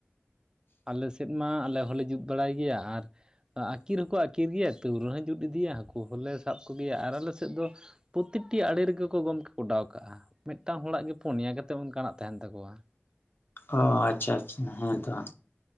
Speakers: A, on the right; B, on the left.
A: ᱟᱞᱮ ᱥᱮᱫ ᱢᱟ ᱟᱞᱮ ᱦᱚᱸᱞᱮ ᱡᱩᱛ ᱵᱟᱲᱟᱭ ᱜᱮᱭᱟ ᱟᱨ ᱟᱹᱠᱤᱨ ᱦᱚᱸᱠᱚ ᱟᱹᱠᱤᱨ ᱜᱮᱭᱟ ᱛᱟᱹᱣ ᱨᱮᱦᱚᱸ ᱡᱩᱛ ᱤᱫᱤᱭᱟ ᱦᱟᱹᱠᱩ ᱦᱚᱸᱞᱮ ᱥᱟᱵ ᱠᱚᱜᱮᱭᱟ ᱟᱨ ᱟᱞᱮ ᱥᱮᱫ ᱫᱚ ᱯᱳᱛ ᱛᱮᱠᱴᱤ ᱟᱲᱮ ᱨᱮᱜᱮ ᱠᱚ ᱜᱚᱢᱠᱮ ᱠᱚ ᱚᱰᱟᱣ ᱠᱟᱜᱼᱟ ᱢᱤᱫᱴᱟᱝ ᱦᱚᱲᱟᱜ ᱜᱮ ᱯᱩᱱᱭᱟ ᱠᱟᱛᱮᱫ ᱚᱱᱠᱟᱱᱟᱜ ᱛᱟᱦᱮᱸᱱ ᱛᱟᱠᱚᱣᱟ
B: ᱚ ᱟᱪᱪᱷᱟ ᱟᱪᱪᱷᱟ ᱦᱮᱸ ᱛᱚ